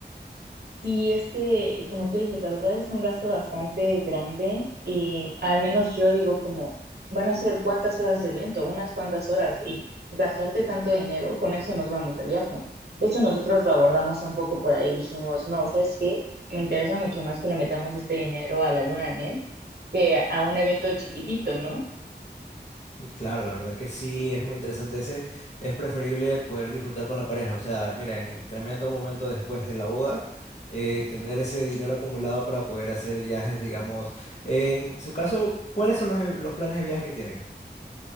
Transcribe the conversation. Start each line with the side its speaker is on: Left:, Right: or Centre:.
Right: Sí, es que, como tú dices, la verdad es un gasto bastante grande y al menos yo digo como, van a ser cuántas horas de evento, unas cuantas horas y gastarte tanto dinero, con eso nos vamos de viaje. De hecho, nosotros lo abordamos un poco por ahí, dijimos, no, ¿sabes qué? Me interesa mucho más que le metamos este dinero a la luna de miel que a un evento chiquitito, ¿no?
Left: Claro, la verdad que sí, es muy interesante ese. Es preferible poder disfrutar con la pareja. O sea, miren, tremendo momento después de la boda, eh, tener ese dinero acumulado para poder hacer viajes, digamos. En su caso, ¿cuáles son los, e- los planes de viaje que tienen?